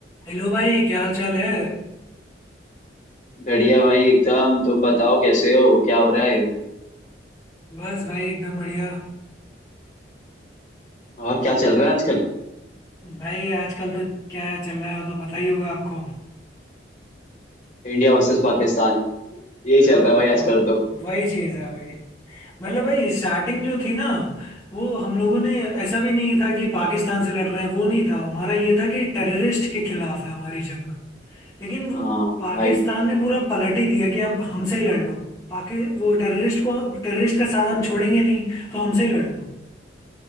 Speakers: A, on the left; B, on the left.
A: हेलो भाई क्या हाल चाल है
B: बढ़िया भाई एकदम तुम बताओ कैसे हो क्या हो रहा है
A: बस भाई एकदम बढ़िया
B: और क्या चल रहा है आजकल
A: भाई आजकल तो क्या चल रहा है वो तो पता ही होगा आपको
B: इंडिया वर्सेस पाकिस्तान यही
A: हाँ
B: चल रहा है
A: भाई
B: भाई
A: वो
B: आजकल तो
A: वही चीज़ है भाई मतलब भाई स्टार्टिंग जो थी ना वो हम लोगों ने ऐसा भी नहीं था कि पाकिस्तान से लड़ रहे हैं वो नहीं था हमारा ये था कि टेररिस्ट के खिलाफ है हमारी जंग लेकिन वो
B: हाँ
A: पाकिस्तान
B: भाई वही तो
A: ने पूरा पलट ही दिया कि अब हमसे ही लड़ लो पाकि वो टेररिस्ट को टेररिस्ट का साथ हम छोड़ेंगे नहीं तो हमसे ही लड़ लो